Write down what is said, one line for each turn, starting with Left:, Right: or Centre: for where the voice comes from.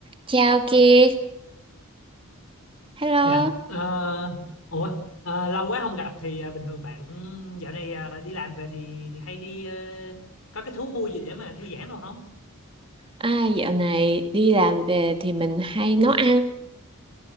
Right: Chào Kiệt, hello.
Left: Dạ. Ờ, ủa ờ, lâu quá không gặp thì ờ, bình thường bạn dạo này ờ, đi làm về thì hay đi ờ, có cái thú vui gì để mà thư giãn rồi không?
Right: À, dạo này đi làm về thì mình hay nấu ăn.